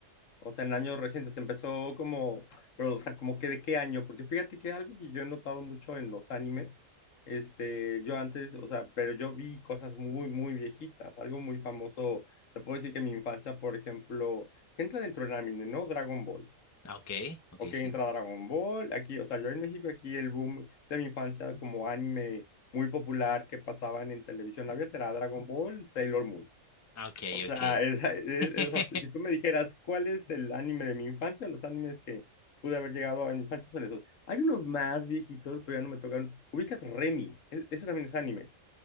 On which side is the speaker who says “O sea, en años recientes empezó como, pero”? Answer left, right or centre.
Left